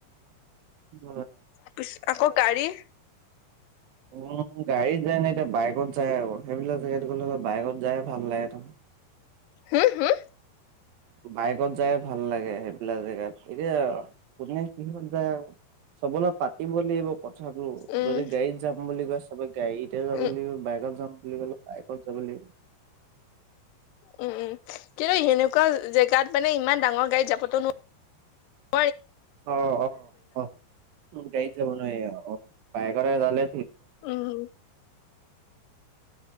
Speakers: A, on the right; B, on the left.
A: ব
B: পি আকৌ গাড়ী
A: উম, গাড়ীত যায় ন এতিয়া বাইকত যায় আকৌ সেইবিলাক জেগা গলে বাইকত যাই ভাল লাগে ত।
B: হু হু?
A: বাইকত যায় ভাল লাগে সেইবিলাক জেগাত এতিয়া কোনে কিহত যায় চবলৈ পাতিব লাগিব। কথাটো
B: উম
A: যদি গাড়ীত যাম বুলি কৈ চবে গাড়ীতে যাব
B: উম
A: লাগিব, বাইকত যাম বুলি ক'লে বাইকত যাব লাগিব।
B: উম উম কিন্তু সেনেকুৱা জেগাত মানে ইমান ডাঙৰ গাড়ী যাবটো নোৱাৰেঁ।
A: অ অ অ ম গাড়ীত যাব নোৱাৰি অ বাইক মানে জানে
B: উম।